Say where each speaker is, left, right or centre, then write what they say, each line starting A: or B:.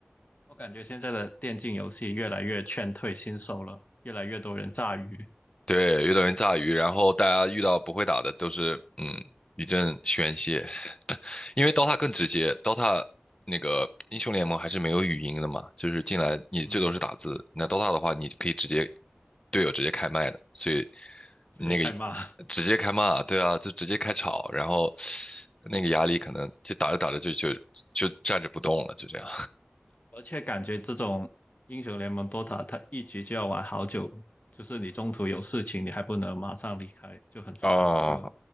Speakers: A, on the left (about 45°); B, on the left (about 25°).
A: 我感觉现在的电竞游戏越来越劝退新手了，越来越多人炸鱼，
B: 对，遇到人炸鱼，然后大家遇到不会打的都是嗯一阵宣泄，<laughs> 因为 DOTA 更直接，DOTA 那个英雄联盟还是没有语音的嘛，就是进来你最多是打字，
A: 嗯，
B: 那 DOTA 的话你可以直接队友直接开麦的，所以
A: 直接开骂。
B: 那个
A: <laughs>
B: 直接开骂，对啊，就直接开吵，然后那个压力可能就打着打着就就就站着不动了，就这样。
A: 而且感觉这种英雄联盟 Dota，它一局就要玩好久，就是你中途有事情，你还不能马上离开，就很烦。
B: 啊，
A: 就